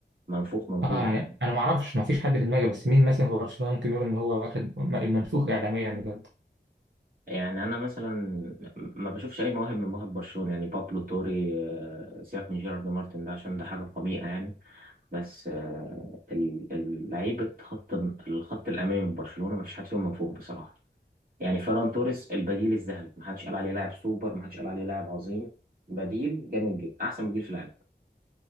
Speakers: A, on the right; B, on the right.
A: منفوخ منفوخ
B: اه يعني
A: يعني
B: انا ما اعرفش ما فيش حد في دماغي بس مين مثلا في برشلونه ممكن نقول ان هو واخد المنفوخ اعلاميا بجد
A: يعني انا مثلا ما بشوفش اي مواهب من مواهب برشلونه يعني بابلو توري آه، سيبك من جيرارد مارتن ده عشان ده حاجه قميئه يعني بس آه، ال- ال- لعيبه خط الخط الامامي من برشلونه ما فيش حد فيهم منفوخ بصراحه يعني فيران توريس البديل الذهبي ما حدش قال عليه لاعب سوبر ما حدش قال عليه لاعب عظيم بديل جامد جدا احسن بديل في العالم